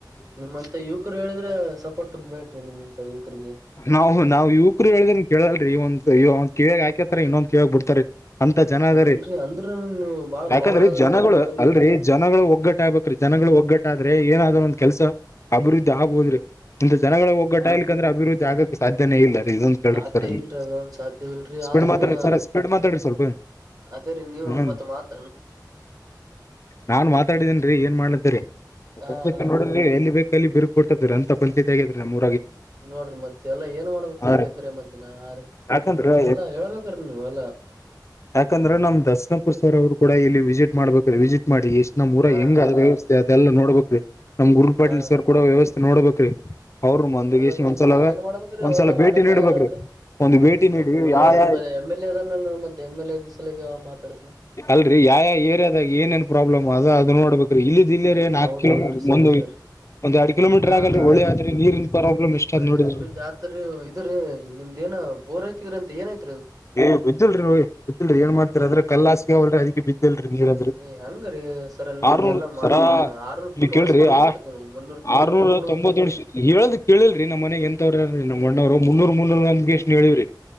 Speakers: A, on the right; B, on the left.
A: ನಿಮ್ಮ್ಂತ ಯುವಕರು ಹೇಳಿದ್ರೆ ಸಪೋರ್ಟ್ದ ಬೇಕ್ರೀ ನಿಮಂತ ಯುವಕರಿಗೆ
B: ನಾವು ನಾವ್ ಯುವಕರು ಹೇಳಿದ್ರ ಕೇಳಲ್ರಿ ಇವಂದ ಒಂದ ಕಿವಳಗ್ ಹಾಕತರಿ ಇನ್ನೊಂದ ಕಳಗ್ ಬಿಡ್ತಾರಿ ಅಂತ ಜನ ಅದರಿ
A: ಇಲ್ರರಿ ಅಂದ್ರ ನೀವು ಬಾಳ
B: ಯಾಕಂದ್ರೆ
A: ಪವರ್ ಆದಂತ್ರಿ
B: ಜನಗಳು
A: ನಿಮ್ಮಲ್ಲಿ
B: ಅಲ್ರಿ ಜನಗಳು ಒಗ್ಗಟ್ಟ ಆಗ್ಬೇಕ್ರೀ ಜನಗಳು ಒಗ್ಗಟ್ಟ ಆದ್ರೆ ಏನಾದ್ೂ ಒಂದ ಕೆಲಸ ಅಭಿವೃದ್ಧಿ ಆಗ್ಬೋದ್ರಿ ಇಂತ ಜನಗಳ ಒಗ್ಗಟ ಇಲಿಕ ಅಂದ್ರೆ ಅಭಿವೃದ್ಧಿ ಆಗಕ್ ಸಾಧ್ಯನೇ ಇಲ್ಲ ರೀ ಇದೊಂದು ಕೇಳ್ರಿ
A: ಸಾಧ್ಯ
B: ಸರ್ ನೀವು.
A: ಇಲ್ರಿರಿ ಅದೊಂದು ಸಾಧ್ಯವಲ್ರಿ
B: ಸ್ಪೀಡ್
A: ಆದನು
B: ಮಾತಾಡ್ರಿ ಸರ್ ಸ್ಪೀಡ್ ಮಾತಾಡ್ರಿ ಸ್ವಲ್ಪ
A: ಅದೇ್ರೀ ನೀವು
B: ಹ್ಮ
A: ಮತ್ತ ಮಾತ್
B: ನಾನ್ ಮಾತಾಡಿದೇನ್ರಿ ಏನ್ ಮಾಡ್ಲತ್ತರಿ
A: ಹ
B: ಪಂಾಯತ್ ನೋಡ್ರಿ ಎಲ್ಲಿ ಬೇಕ ಅಲ್ಲಿ ಬಿರ್ಗ್ ಕೊಟ್ಟತದ ರ ಅಂತಂಚಾಯತ್ ಆಗಿದ್ರೀ ನಮ್ಮ್ರು
A: ನೋಡ್ರಿ ಮತ್ತೆ ಎಲ್ಲಾ ಏನ್ ಮಾಡ್ಬೇಕ್ರಿ
B: ಹಾ
A: ಹಂಗಗೆದ್ರೆ
B: ರೀ
A: ಮದನ ಆ ರೀ
B: ಯಾಕಂದ್ರ
A: ಎಲ್ಲಾ ಹೇಳ್ಬೇಕ್ರಿ ನೀ ಎಲ್ಲಾ
B: ಯಾಕಂದ್ರ ನಮ್ <unintelligible> ದಸನಪುರ್ ಸರ್ ಅವರು <inaudible> ಕೂಡ ಇಲ್ಲಿ ವಿಸಿಟ್ ಮಾಡ್ಬೇಕ್ರೀರಿ ವಿಸಿಟ್ ಮಾಡಿ ಎಷ್ಟ್ ನಮ್ಮೂರಗ
A: ಹಾ
B: ಹೆಂಗ ಅ್ ವ್ಯವಸ್ಥೆ ಅದೆಲ್ಲ ನೋಡ್ಬೇಕ್ರೀ ನಮ್ ಗುರು ಪಾಟೀಲ್
A: ಹಾ
B: ಸರ್ ಕೂಡ ವ್ಯವಸ್ಥೆ ನೋಡ್ಬೇಕ್ರೀ ಅವರು ಮಂದಗಷಿ
A: ನೋಡ್ಬೇಕ್ರಿ
B: ಒಂದ್ಸಲ
A: ಬಟ್ ಏನ್ ಮಾಡ್ಬೇಕ್ರಿ
B: ಒಂದ್ಸಲ
A: ಅವೆಲ್ಲ
B: ಭೇಟಿ
A: ಮಾಡಕ್
B: ನೀಡ್ಬೇಕರು
A: ಆಗಲ್ಲಲ್ರರಿ
B: ಒಂದ್ ಭೇಟಿ ನೀಡಿ
A: ನಮ್ ಊರಾಗ
B: ಯ ಯಾ
A: ನಮ್ ಎಮ್ ಎಲ್ ಎ ಅದ ನ ಮತ್ತೆ ಎಮ್ ಎಲ್ ಎ ದ ಸಲ ಮಾತಾಡತ
B: ಯಾವ ಏರಿಯಾದಾಗ ಏನೇನ್ ಪ್ರಾಬ್ಲಮ್ ಅದ ಅದು ನೋಡ್ಬೇಕ್ರಿ ಇಲ್ಲಿ ಿಲ್ಲೇ ರ ನಾಕಕ್
A: ಹೌದೌದ್ರಿ
B: ಕಿಲೋಮೀ
A: ಸರಿ
B: ಒಂದು
A: ಸರಿ
B: ಒಂದ್ ಎರಡ್ ಕಿಲೋಮೀಟರ್
A: ಹಾ
B: ಆಗಲ್ರಿ
A: ಹಾ
B: ಒಳೆ
A: ರೀ
B: ಆದ್ರಿ ನೀರಿನ ಪ್ರಾಬ್ಲಮ್ ಎಷ್ಟ
A: ಒಳ್ಳೆ
B: ಅಾದ್ ನೋಡಿದ್ರರು
A: ಅಭಿವೃದ್ಧಿ ಆತ್ರಿ ಇದ್ರೀ ನಿಮ್ದ ಏನ ಬೋರ್ ಹಾಕಿದ್ರೆ ಅಂತೆ ಏನಾಯ್ತು
B: ಏ ಬಿದ್ದಿಲ್ರಿ ಬಿದ್ದಿಲ್ರಿ ಏನ್ ಮಾಡ್ತೀ ಅದ್ರ ಕಲ್ಲಾಾಸಗಾವಲ್ರಿ ಅದಕ್ಕೆ ಬಿದ್ದ ಕಿ ನೀರ್ಂದ್ರ
A: ಏ ಹಂಗ್ರೀ ಸರ ನೀವ್
B: ಆರ
A: ಹಿಂಗೆಲ್ಲಾ
B: ನೊರು
A: ಮಾಡಿದ್ರ
B: ಸರ
A: ಆರ್ನೂರ್
B: ಇಲ್ಲಿ
A: ಫುಟ್
B: ಕೇಳ್ರಿ
A: ಹೊಡಸ್ಬಾರ್ದೈತ್ರಿ
B: ಆ
A: ನೀವು ಮುನ್ನೂರ್ ಫುಟಿಗೆ
B: ಆರ್ನೂರ
A: ಬಿಟ್ಟ ಬಿಡ್ಬೇಕೈತ್ರಿ
B: ತೊಂಬತ್ತೇಳ ಹೇಳ್ದ್ ಕೇಳಿಲ್ರಿ ನಮ್ಮ ಮನೆಗ್ ಎಂತವ್ರ ನಮ್ಮ ಮಣ್ಣವರು ಮುನ್ನೂರು ಮುನ್ನೂರ ನಮಗೆ ಎಷ್ಟು ಹೇಳವ್ರರಿ